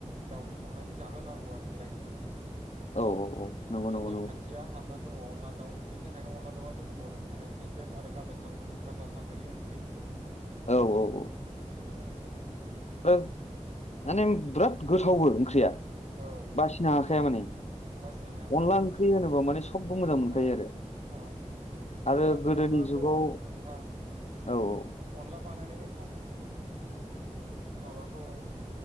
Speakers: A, on the right; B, on the left.
A: दावजों संनानै जाहोनांगौ आरोखि रायजोफोरनो
B: औ औ औ नंगौ
A: बे
B: नंगौ
A: नेमखान्थिया
B: नंगौ
A: हाबनानै दङ अनदला दाउ बेनि थाखायनो अनदला दाउआ जोंनि बर'नि थाखाय फेभ्रेट आरो ग गारजाथावजायि ओंख्रि
B: औ औ औ
A: औ।
B: आरो माने बिराद गोथावबो ओंख्रिया
A: औ
B: बासिनो हाखाया माने
A: बासिनो हाया नंगौ
B: अनला
A: नोंथां
B: ओंख्रि होनोबा माने सबबो मोजां मोनखायो
A: औ
B: आरो
A: औ
B: आरो
A: दा
B: गोदोनि
A: अनलाखौ
B: जुगाव
A: नोंथां
B: औ औ।
A: अनला बानायनायनि ओ माबाखौ